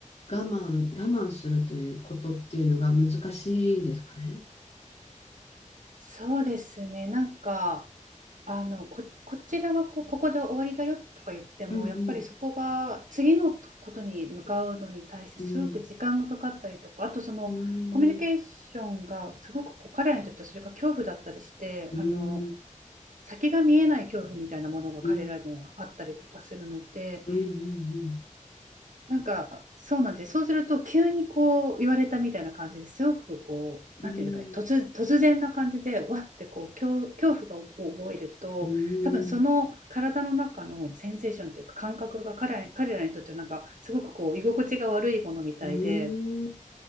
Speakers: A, on the left; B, on the right.
A: 慢、我慢するということっていうのが難しいんですかね。
B: そうですね、なんかあのこ、こちらがこう、ここで終わりだよとか言っても、
A: うん
B: やっぱりそこが次のことに向かうのに対してすごく時間がかかったりとか、
A: うん。
B: あとそのコミュニケーションがすごくこう彼らにとってはそれが恐怖だったりして、
A: うん。うん。うん。
B: あの先が見えない恐怖みたいなものが彼らにはあったりとかするので、
A: うん。うん。
B: なんか、そうなんです。そうすると、急にこう言われたみたいな感じですごくこう、
A: うん。
B: なんていうかね、
A: うん。
B: 突、突然な感じで、わってこう、恐、恐怖がを覚えると、
A: うん。
B: 多分その体の中のセンセーションというか感覚が彼らに、彼らにとってはなんか、すごくこう、居心地が悪いものみたいで、
A: うん。